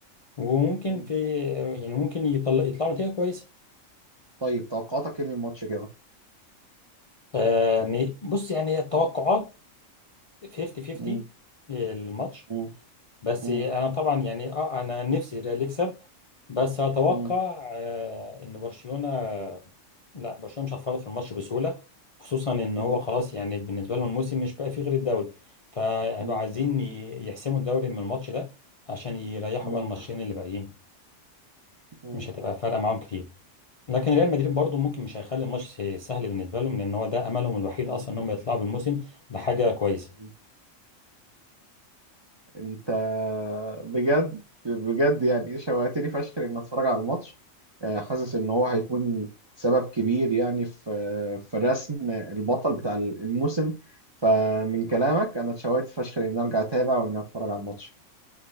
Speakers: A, on the left; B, on the right.
A: وممكن
B: مم.
A: في يعني ممكن يطلع يطلعوا نتيجة كويسة
B: طيب توقعاتك ايه للماتش كده
A: آه، يعني بص يعني التوقعات 50 50
B: مم.
A: الماتش
B: مم.
A: بس
B: مم.
A: انا طبعا يعني اه انا نفسي الريال يكسب بس اتوقع
B: مم.
A: آه ان برشلونة لا برشلونة مش هتفرط في الماتش بسهولة خصوصا ان
B: مم.
A: هو خلاص يعني بالنسبة لهم الموسم مش بقى فيه غير الدوري فهيبقوا
B: مم.
A: عايزين ي- يحسموا الدوري من الماتش ده عشان يريحوا
B: مم.
A: بقى الماتشين اللي باقيين
B: مم.
A: مش هتبقى فارقة معاهم كتير لكن ريال مدريد برضو ممكن مش هيخلي الماتش سهل بالنسبة لهم لان هو ده املهم الوحيد
B: مم.
A: اصلا انهم يطلعوا بالموسم بحاجة كويسة
B: مم. انت بجد بجد يعني شوقتني فشخ ان اتفرج على الماتش آه، حاسس ان هو هيكون سبب كبير يعني في في رسم البطل بتاع الموسم فمن كلامك انا اتشوقت فشخ ان ارجع اتابع وان اتفرج على الماتش